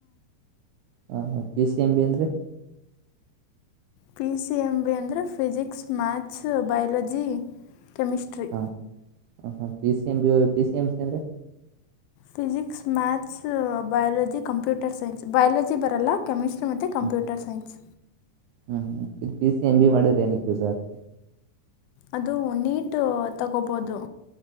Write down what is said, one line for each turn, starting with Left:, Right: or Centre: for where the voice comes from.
Right: ಹಾ ಪಿ ಸಿ ಎಂ ಬಿ ಅನ್ೀ
Left: ಪಿ ಸಿ ಎಂ ಬಿ ಅಂದರೆ ಫಿಸಿಕ್ಸ್ ಮ್ಯಾಥ್ಸ್ ಬಯಾಲಜಿ ಕೆಮಿಸ್ಟ್ರಿ
Right: ಹಾ ಹ ಹ P C M B P C M C ಅಂದ್ರರಿ
Left: physics maths biology computer science biology ಬರಲ್ಲ chemistry ಮತ್ತುತ್ತೆ ಕಂಪ್ಯೂಟರ್
Right: ಹ್ಮ್
Left: ಸೈನ್ಸ್
Right: ಹ್ಮ್ ಹ್ಮ್ ಇ ಪ ಸಿ ಎಂ ಬಿ ಮಾಡಿದ್ರೆ ನಕ್ಕೆ ಯೂಸ ಆತ
Left: ಅದು ನೀಟು ತಗೋಬೋದು